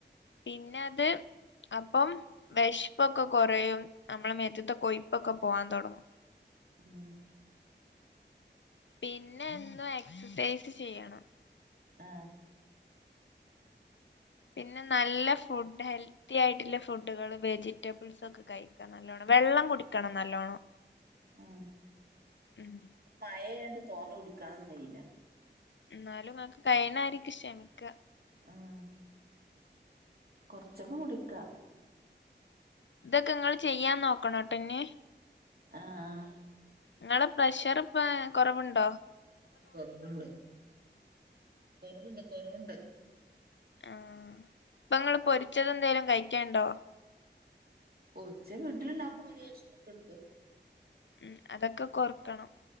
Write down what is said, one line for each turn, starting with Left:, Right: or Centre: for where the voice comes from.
Left: പിന്നെ അത് അപ്പം വെശ്പ്പൊക്കെ കൊറയും നമ്മളെ മേത്ത്ത്തെ കൊയ്പ്പൊക്കെ പോവാൻ തൊടങ്ങും
Right: ഒന്നോ
Left: പിന്നെ എന്നും എക്സസൈസ് ചെയ്യണം
Right: ആഹ്
Left: പിന്നെ നല്ല ഫുഡ് ഹെൽത്തി ആയിട്ടുള്ള ഫുഡുകൾ വെജിറ്റബിൾസൊക്കെ കഴി നല്ലോണം വെള്ളം കുടിക്കണം നല്ലോണം
Right: ഉം
Left: ഉം
Right: മഴയായോണ്ട് തോനെ കുടിക്കാനൊന്നും കഴിയില്ല
Left: ന്നാലും ഇങ്ങക്ക് കഴ്ണായിരിക്ക് ശമിക്ക
Right: ആഹ് കൊർച്ചൊക്കെ കുടിക്ക
Left: ഇതൊക്കെ ഇങ്ങള് ചെയ്യാൻ നോക്കണട്ടൊ ഇഞ്
Right: ആഹ് ആഹ്
Left: ഇങ്ങളെ പ്രഷർ ഇപ്പ കൊറവ്ണ്ടോ
Right: ആഹ് കൊറവ്ണ്ട് കൊറവ്ണ്ട് കൊറവ്ണ്ട്
Left: ആഹ് ഇപ്പ ഇങ്ങള് പൊരിച്ചത് എന്തേലും കഴിക്കേണ്ടോ
Right: പൊരിച്ചെ വീട്ടില് ഇണ്ടാക്കുമ്പം ഒരു കഷ്ണം ഒക്കെ ഇട്ക്കും
Left: ഉം അതൊക്കെ കൊർക്കണം